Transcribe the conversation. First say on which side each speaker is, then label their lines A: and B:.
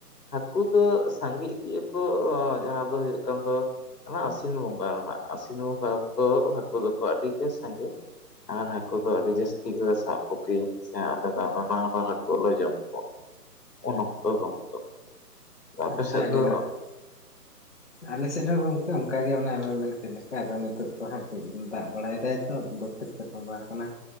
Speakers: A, on the left (about 75°); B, on the left (about 45°).
A: ᱦᱟᱹᱠᱩ ᱫᱚ ᱥᱟᱸᱜᱤ ᱤᱫᱤ ᱟᱠ ᱠᱳ ᱚ ᱡᱟᱦᱟᱸ ᱫᱚ ᱦᱩᱭᱩᱜ ᱠᱟᱱ ᱫᱚ ᱚᱱᱟ ᱟᱹᱥᱤᱱ ᱵᱚᱸᱜᱟ ᱨᱮᱱᱟᱜ ᱟᱹᱥᱤᱱ ᱵᱚᱸᱜᱟ ᱚᱠᱛᱚ ᱦᱟᱹᱠᱩ ᱫᱚᱠᱚ ᱟᱹᱰᱤ ᱜᱮ ᱥᱟᱸᱜᱮ ᱟᱨ ᱦᱟᱹᱠᱩ ᱫᱚ ᱟᱹᱰᱤ ᱡᱟᱹᱥ ᱴᱷᱤᱠ ᱜᱤᱞᱮ ᱥᱟᱵ ᱠᱩ ᱜᱤ ᱥᱮ <unintelligible> ᱦᱟᱹᱠᱩ ᱞᱮ ᱡᱚᱢ ᱠᱚᱣᱟ ᱩᱱ ᱚᱠᱛᱚ ᱜᱚᱱᱛᱚ ᱟᱯᱮ
B: ᱟᱪᱪᱷᱟ
A: ᱥᱮᱫ
B: ᱟᱹᱰᱤ
A: ᱫᱚ
B: ᱱᱟᱯᱟᱭ ᱟᱞᱮ ᱥᱮᱫ ᱦᱚᱸ ᱜᱚᱝᱠᱮ ᱚᱱᱠᱟᱜᱮ ᱮᱢᱮᱢ ᱢᱮᱱ ᱠᱮᱫ ᱞᱮᱠᱟ ᱟᱫᱚ ᱱᱤᱛᱚᱜ ᱛᱚ ᱦᱟᱸᱜ ᱠᱟᱹᱡ ᱫᱟᱜ ᱵᱟᱲᱟᱭ ᱫᱟᱭ ᱛᱚ ᱵᱟᱹᱛ ᱠᱷᱮᱛ ᱪᱮᱫ ᱠᱚ ᱵᱟᱝ ᱠᱟᱱᱟ